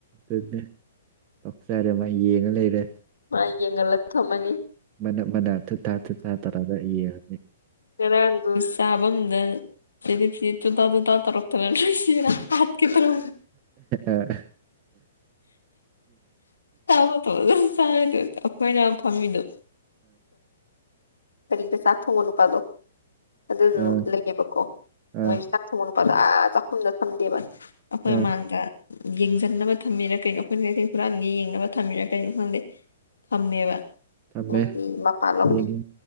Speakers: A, on the right (about 35°); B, on the left (about 85°).
A: ꯑꯗꯨꯅ ꯄꯣꯛꯆꯔꯦ ꯃꯥ ꯌꯦꯡꯉ ꯂꯩꯔꯦ
B: ꯃꯥ ꯌꯦ ꯉ ꯂ ꯊꯃꯅꯤ
A: ꯃꯅꯥ ꯃꯅꯥꯥ ꯊꯥ ꯇꯔꯥꯒ ꯌꯦꯅꯤ
B: ꯈꯔꯥꯡꯒ ꯁꯥꯥꯕꯝꯗ ꯁꯤꯗꯤꯁꯤꯠꯇꯗ ꯇ ꯇꯔꯣꯛꯇꯅ ꯁꯤꯔ ꯍꯥ ꯀꯦ ꯇꯔ
A: ꯑꯥ
B: ꯆꯥꯕ ꯊꯣ ꯆꯥꯔꯤꯗ ꯑꯩꯈꯣꯏꯅ ꯐꯝꯃꯤꯗꯣ ꯀꯔꯤꯗ ꯆꯥꯛ ꯊꯣꯡꯕ ꯅꯨꯄꯥꯗꯣ ꯑꯗꯨꯁꯨ
A: ꯑꯥ
B: ꯂꯩꯌꯦꯕꯀꯣ ꯃꯣꯏ
A: ꯑꯥ
B: ꯆꯥꯛ ꯊꯣꯡꯕ ꯅꯨꯄꯥ ꯆꯥꯛ ꯆꯥꯛꯈꯨꯝꯗ ꯊꯝꯗꯦꯕ ꯑꯩꯈꯣꯏ ꯃꯃꯥꯡꯗ
A: ꯑꯥ
B: ꯌꯦꯡꯁꯤꯟꯅꯕ ꯊꯝꯃꯤꯔ ꯀꯩꯅꯣ ꯑꯩꯈꯣꯏꯅ ꯀꯩꯀꯩ ꯈꯨꯨꯔꯥꯡꯒꯤ ꯌꯦꯡꯅꯕ ꯊꯝꯃꯤꯔ ꯀꯩꯅꯣ ꯈꯪꯗꯦ ꯊꯝꯃꯦꯕ
A: ꯊꯝꯃꯦ
B: ꯃꯣꯏꯒꯤ ꯃꯄꯥꯟꯂꯒꯤ
A: ꯌꯦꯡꯉꯦ